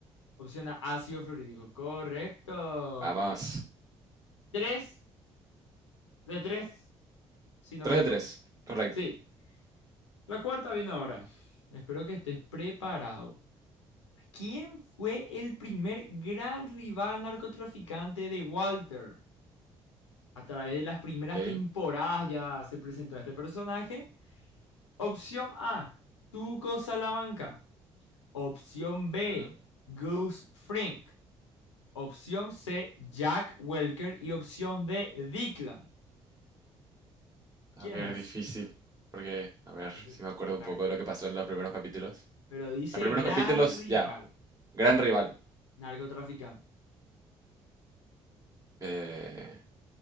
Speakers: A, on the left; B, on the right.
A: Opción A, ácido fluorhídrico. Correcto.
B: Vamos.
A: Tres de tres, si no
B: tres
A: me equivoco.
B: de tres correcto.
A: Sí, la cuarta viene ahora. Espero que estés preparado. ¿Quién fue el primer gran rival narcotraficante de Walter? A través de las primeras
B: Ok.
A: temporadas ya se presentó este personaje. Opción A, Tuco Salamanca. Opción B,
B: ujú.
A: Goose Frink. Opción C, Jack Welker. Y opción D, Declan.
B: A
A: ¿Quién
B: ver,
A: es?
B: difícil. Porque, a ver,
A: Ese
B: si me acuerdo
A: ya está.
B: un poco de lo que pasó en los primeros capítulos.
A: Pero dice
B: Los primeros
A: gran
B: capítulos,
A: rival,
B: ya, gran rival.
A: narcotraficante.
B: eh,